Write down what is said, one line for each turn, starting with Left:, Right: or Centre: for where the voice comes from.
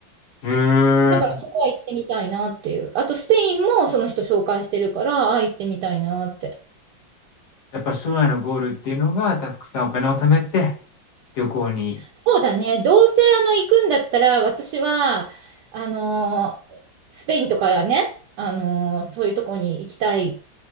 Left: へえ。
Right: だからそこは行ってみたいなっていう。あとスペインもその人紹介してるから、あ行ってみたいなって。
Left: やっぱ将来のゴールっていうのが、たくさんお金を貯めて、旅行に、
Right: そうだね。どうせあの行くんだったら、私は、あのースペインとかね、あのーそういうとこに行きたい